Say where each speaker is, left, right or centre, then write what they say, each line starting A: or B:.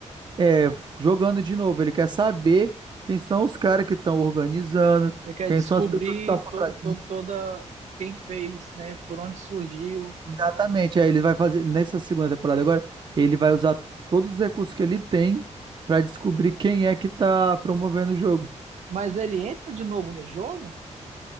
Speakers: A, on the right; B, on the right.
A: É, jogando de novo. Ele quer saber quem são os caras que estão organizando,
B: Ele quer
A: quem
B: descobrir
A: são as pessoas que estão por
B: to,
A: trás.
B: to- toda quem fez, né? Por onde surgiu.
A: Exatamente. Aí ele vai fazer, nessa segunda temporada agora, ele vai usar todos os recursos que ele tem pra descobrir quem é que tá promovendo o jogo.
B: Mas ele entra de novo no jogo?